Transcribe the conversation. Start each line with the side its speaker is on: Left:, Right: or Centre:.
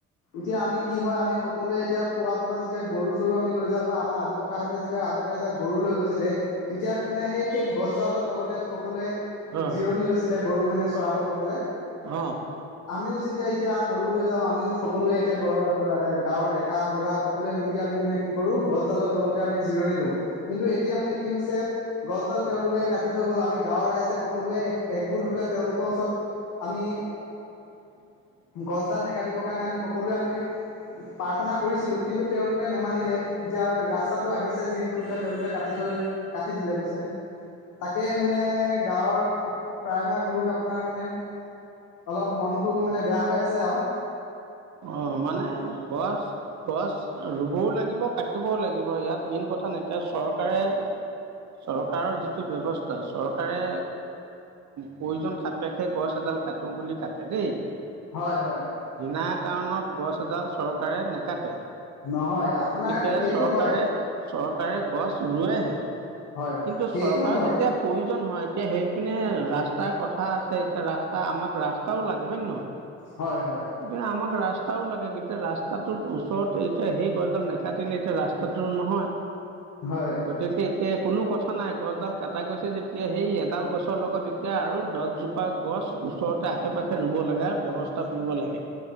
Left: এতিয়া আমি কি হয়, আমি সকলোৱে এতিয়া পুৱা ভাগত যেতিয়া গৰু চৰু আমি লৈ যাওঁ বা আমাৰ আজো ককাঁ হতে তেতিয়া আগতে। গৰু লৈ গৈছিলে, তেতিয়া মানে সেই সেই গছডালৰ তলতে সকলোৱে
Right: অঁ
Left: জিৰণি লৈছিলে। গৰু মানে চৰাব গৈ পেলাই।
Right: অঁ।
Left: আমিও যেতিয়া এতিয়া গৰু লৈ যাওঁ আমিও সকলোৱে এতিয়া গৰ গাঁৱৰ ডেকা বুঢ়া সকলোৱে মিলি। আমি মানে কি কৰো গছডালৰ তলতে আমি জিৰণি লওঁ কিন্তু এতিয়া মানে কি হৈছে। গছডাল তেওঁলোকে কাটি থৈ গ'ল আমি গাঁৱৰ ৰাইজে সকলোৱে এক একগোট হৈ পেলাই তেওঁলোকৰ ওচৰত। আমি।
Right: <inaudible>
Left: গছডাল নাকাটিবৰ কাৰণে আমি সকলোৱে আমি প্ৰাৰ্থনা কৰিছিলো কিন্তু তেওঁলোকে নেমানিলে। তেতিয়া ৰাস্তাটো আহিছে যিহেতু এতিয়া তেওঁলোকে কাটি থৈ কাটি দিলে বুজিছেনে। তাকে মানে গাঁৱৰ প্ৰায় ভাগ লোক আপোনাৰ মানে। অলপ মনটো মানে বেয়া হৈ আছে আৰু।
Right: অ 'মানে গছ। গছ ৰুবও লাগিব কাটিবও লাগিব ইয়াত মেইন কথা এতিয়া চৰকাৰে। চৰকাৰৰ যিটো ব্যৱস্থা চৰকাৰে। প্ৰয়োজন সাপেক্ষে গছ এডাল কাটো বুলি কাটে দেই।
Left: হয় হয়।
Right: বিনা কাৰণত গছ এডাল চৰকাৰে নাকাটে।
Left: নহয় আপোনাৰ
Right: গতিকে
Left: সেইটো
Right: চৰকাৰে
Left: হয়
Right: চৰকাৰে গছ ৰুৱেহে।
Left: হয় হয়
Right: কিন্তু
Left: সেইটো
Right: চৰকাৰ
Left: হয়
Right: যেতিয়া প্ৰয়োজন হয় এতিয়া সেইপিনে ৰাস্তাৰ কথা আছে এতিয়া ৰাস্ত। আমাক ৰাস্তাও লাগে হয় নে নহয়,
Left: হয় হয়
Right: গতিকে আমাক ৰাস্তা। ৰাস্তাও লাগে গতিয়া ৰাস্তাটোৰ ওচৰত এতিয়া সেই গছডাল নাকাটিলে এতিয়া ৰাস্তাটো নহয়।
Left: হয়
Right: গতিকে এতিয়া কোনো কথা নাই, গছডাল কাটা গৈছে যেতিয়া সেই এডাল গছৰ লগত। তেতিয়া আৰু দছজোপা গছ ওচৰতে আশে পাশে ৰুব লগা ব্যৱস্থা কৰিব লাগে।